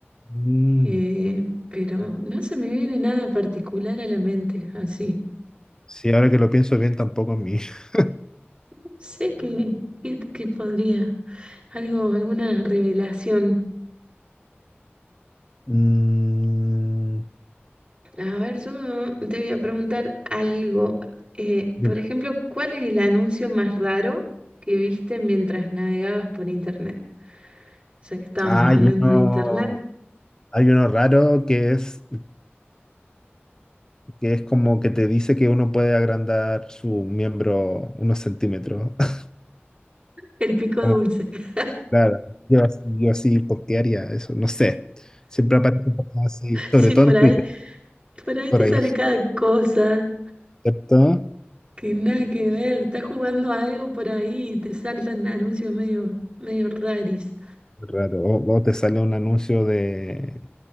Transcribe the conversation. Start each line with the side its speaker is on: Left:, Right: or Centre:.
Left: Mm,
Right: Eh, pero no se me viene nada particular a la mente, así.
Left: Sí, ahora que lo pienso bien, tampoco a mí. <laughs>
Right: No sé qué, qué, qué podría, algo, alguna revelación.
Left: Mm,
Right: A ver, yo te voy a preguntar algo. Eh,
Left: dime.
Right: por ejemplo, ¿cuál es el anuncio más raro que viste mientras navegabas por internet? Ya que estábamos
Left: Ah,
Right: hablando
Left: hay uno,
Right: de internet,
Left: hay uno raro que es que es como que te dice que uno puede agrandar su miembro unos centímetros. <laughs>
Right: el pico
Left: Como,
Right: dulce. <laughs>
Left: claro, yo, yo así, ¿por qué haría eso? No sé. Siempre aparecen cosas así, sobre
Right: Sí,
Left: todo
Right: por
Left: en
Right: ahí,
Left: Twitter,
Right: por ahí
Left: por
Right: te
Left: ahí,
Right: sale
Left: <laughs>
Right: cada cosa.
Left: ¿cierto?
Right: Que nada que ver, estás jugando a algo por ahí y te saltan anuncios medio, medio raris.
Left: Raro. O, o te sale un anuncio de,